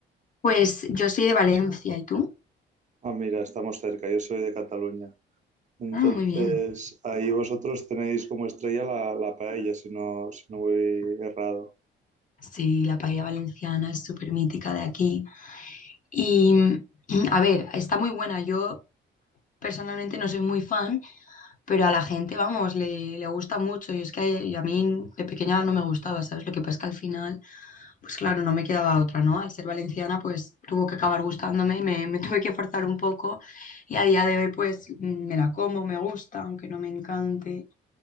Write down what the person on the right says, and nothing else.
Ah, mira, estamos cerca, yo soy de Cataluña. Entonces,
ahí vosotros tenéis como estrella la, la paella, si no, si no voy errado.